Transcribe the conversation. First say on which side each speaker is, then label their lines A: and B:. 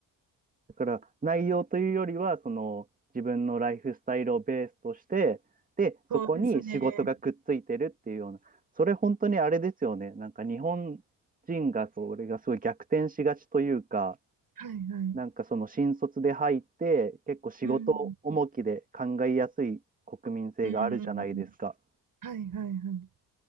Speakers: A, on the right; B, on the right.
A: だから内容というよりはその自分のライフスタイルをベースとしてでそこに仕事がくっついてるっていうようなそれ本当にあれですよねなんか日本人がそれがすごい逆転しがちというか
B: そうですね。はいはい。
A: なんかその新卒で入って結構仕事重きで考えやすい国民性があるじゃないですか。
B: うん。うん。はいはいはい。